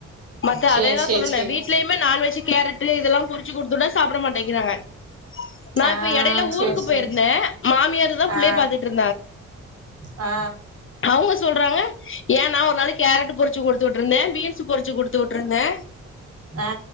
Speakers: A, on the left; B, on the right.
A: மத்த
B: சேரி
A: அதேதா
B: சேரி
A: சொன்னனே
B: சேரி
A: வீ்ட்லயுமே நான்வெஜ்ஜீ கேரட்டு இதெல்லா பொரிச்சு குடுத்துட்டா சாப்ட மாட்டேங்கிறாங்க நா
B: ஆ
A: இப்ப எடைல
B: சேரி
A: ஊருக்கு
B: சேரி
A: போயிருந்தே மாமியார்தா புள்ளைய
B: ஆ
A: பாத்துட்டு இருந்
B: ஆ
A: அவுங்க சொல்றாங்க ஏ நா ஒரு நாள் கேரட்டு பொரிச்சு குடுத்துவுட்டுருந்தே பீன்ஸ் பொரிச்சு குடுத்துவுட்டுருந்தே
B: ஆ